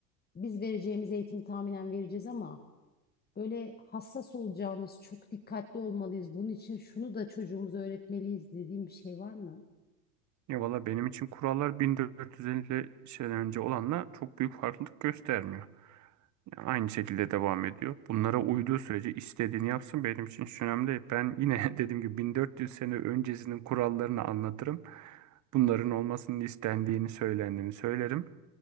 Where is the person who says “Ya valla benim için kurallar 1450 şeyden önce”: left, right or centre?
Right